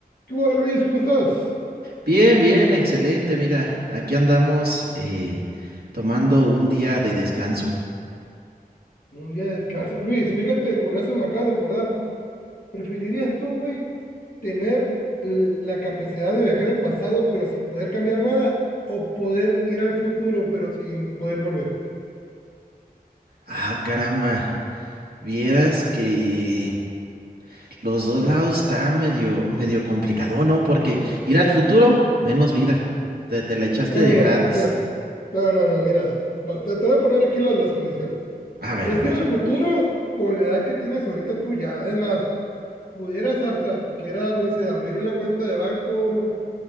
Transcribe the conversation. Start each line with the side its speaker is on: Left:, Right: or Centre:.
Left: ¿Qué hubo, Luis? ¿Cómo estás?
Right: Bien, bien, excelente. Mira, aquí andamos eh, tomando un día de descanso.
Left: Un día de descanso. Luis, fíjate, con eso me acabas de acordar. ¿Preferirías tú, güey, tener l- la capacidad de viajar al pasado pero sin poder cambiar nada? ¿O poder ir al futuro pero sin poder volver?
Right: Ah, caramba. Vieras que los dos lados está medio, medio complicado, ¿no? Porque ir al futuro, menos vida. Te, te la echaste
Left: No,
Right: de
Left: no, no,
Right: gratis.
Left: mira. No, no, no, mira. Va, Te, te voy a poner aquí las, las condiciones.
Right: A ver,
Left: Es
Right: a ver.
Left: ir al futuro con la edad que tienes ahorita tú ya. Es más, pudieras hasta siquiera, no sé, abrir una cuenta de banco